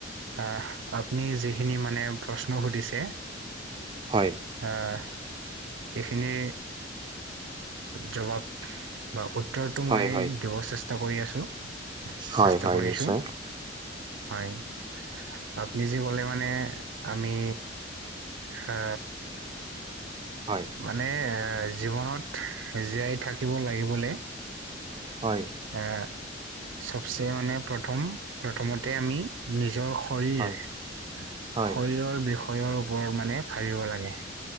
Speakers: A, on the right; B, on the right.
A: আহ আপুনি যিখিনি মানে প্ৰশ্ন সুধিছে,
B: হয়।
A: অহ এইখিনি জবাব বা উত্তৰটো
B: হয়
A: মই
B: হয়
A: দিব চেষ্টা কৰি আছোঁ।
B: হয়
A: চেষ্টা
B: হয়
A: কৰিছোঁ
B: নিশ্চয়
A: হয়। আপুনি যি ক'লে মানে আমি অ
B: হয়।
A: মানে জীৱনত জীয়াই থাকিব লাগিবলে।
B: হয়।
A: এই চবচে মানে প্ৰথম প্ৰথমতে আমি। নিজৰ শৰীৰ
B: হয়
A: শৰীৰৰ
B: হয়
A: বিষয়ৰ ওপৰত মানে ভাবিব লাগে।